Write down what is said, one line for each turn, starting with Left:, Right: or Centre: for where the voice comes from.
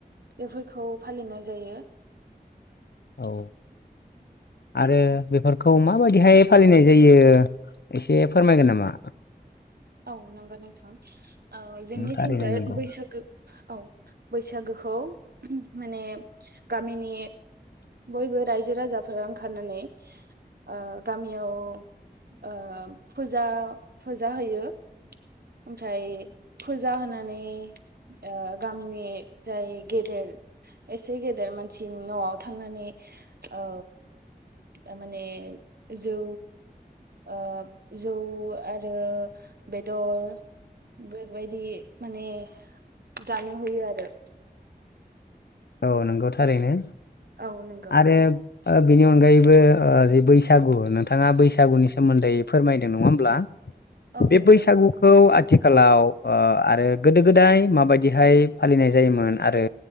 Right: बेफोरखौ फालिनाय जायो
Left: औ आरो
Right: औ
Left: बेफोरखौ मा माबादिहाय फालिनाय जायो एसे फोरमायगोन नामा
Right: औ नंगौ नोंथां औ जोंनिथिंजाय
Left: थारैनो नंगौ
Right: बैसागो औ बैसागोखौ माने गामिनि बयबो रायजो राजाफोरा ओंखारनानै ओ गामियाव ओ फुजा फुजा होयो ओमफ्राय फुजा होनानै ओ गामिनि जाय गेदेर एसे गेदेर मानसिनि न'आव थांनानै औ ओ माने जौ ओ जौ आरो बेदर बेबायदि माने जानो होयो आरो
Left: औ नंगौ थारैनो
Right: औ नंगौ
Left: आरो ओ बिनि अनगायैबो जे बैसागु नोंथाङा बैसागुनि सोमोन्दै फोरमायदों नङा होमब्ला
Right: औ
Left: बे
Right: नंगौ
Left: बैसागुखौ
Right: नोंथां
Left: आ थिखालाव ओ आरो गोदो गोदाय माबायदिहाय फालिनाय जायोमोन आरो